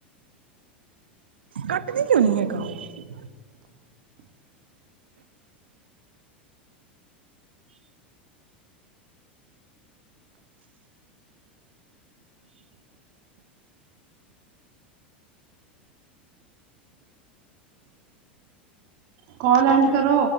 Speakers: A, on the right; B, on the right.
A: ਕੱਟ ਕੇ ਕਿਉ ਨੀ ਹੈਗਾ ਓ
B: ਕੋਲ ਐਂਡ ਕਰੋ।